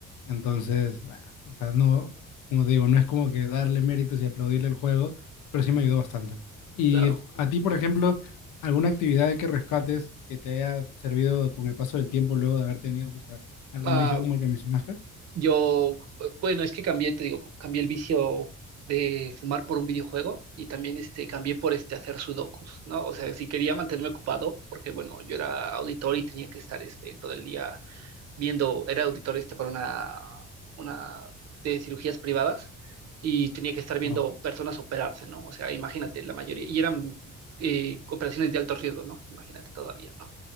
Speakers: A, on the left (about 85°); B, on the right (about 60°).
A: Entonces, ah, o sea, no, como te digo, no es como que darle méritos y aplaudirle el juego, pero sí me ayudó bastante. Y
B: claro.
A: eh, a ti, por ejemplo, alguna actividad que rescates que te haya servido con el paso del tiempo luego de haber tenido pues, a- algún
B: Ah,
A: vicio como el que mencionaste?
B: yo, bueno, es que cambié, te digo, cambié el vicio de fumar por un videojuego y también este, cambié por este hacer sudokus, ¿no? O sea, si quería mantenerme ocupado, porque bueno, yo era auditor y tenía que estar este, todo el día viendo, era auditor este para una, una de cirugías privadas y tenía que estar viendo
A: Wow,
B: personas operarse, ¿no? O sea, imagínate, la mayoría, y eran eh, operaciones de alto riesgo, ¿no? Imagínate todavía, ¿no?